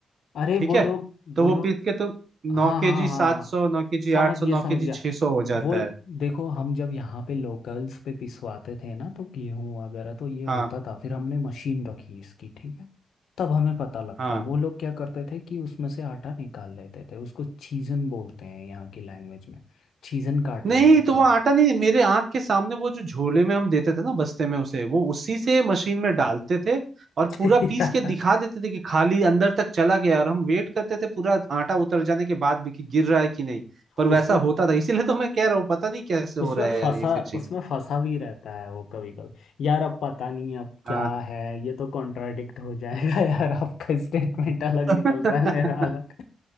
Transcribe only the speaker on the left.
अरे
वो
लोग
वो
लोग
हाँ
हाँ
हाँ
समझ
गया
समझ
गया
वो
देखो हम जब यहाँ पे लोकल्स पे पिसवाते थे ना तो गेहूं वगैरह तो ये होता
था फिर हमने मशीन रखी इसकी ठीक है तब हमें पता लगता
है वो लोग क्या करते थे कि उसमें से आटा निकाल लेते थे उसको छीजन बोलते हैं यहाँ की लैंग्वेज में छीजन काट
लेते
थे
वो
<laughs>
यार
उसमें
उसमें
फंसा
उसमें फंसा भी रहता है वो कभी कभी यार अब पता नहीं अब क्या
है ये तो कॉन्ट्राडिक्ट हो जाएगा <laughs> यार आपका स्टेटमेंट अलग
निकल रहा है मेरा अलग